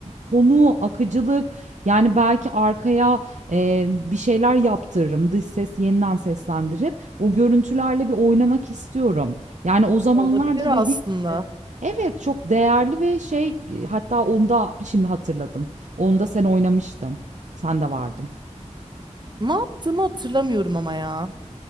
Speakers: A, on the right; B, on the right.
A: konu, akıcılık, yani belki arkaya, eee, bir şeyler yaptırırım. Dış ses yeniden seslendirip o görüntülerle bir oynamak istiyorum. Yani o zamanlarda
B: olabilir
A: dediğim
B: aslında.
A: gibi Evet, çok değerli ve şey, hatta onda şimdi hatırladım. Onda sen oynamıştın. Sen de vardın.
B: Ne yaptığımı hatırlamıyorum ama ya.